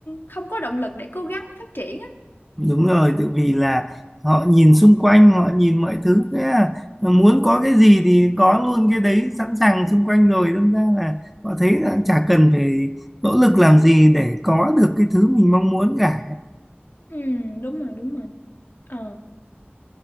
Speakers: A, on the left; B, in the centre.
A: không có động lực để cố gắng phát triển á
B: Đúng rồi, tự vì là họ nhìn xung quanh, họ nhìn mọi thứ, thế là muốn có cái gì thì có luôn cái đấy sẵn sàng xung quanh rồi, đâm ra là họ thấy là chả cần phải nỗ lực làm gì để có được cái thứ mình mong muốn cả.
A: ừ, đúng rồi đúng rồi Ờ.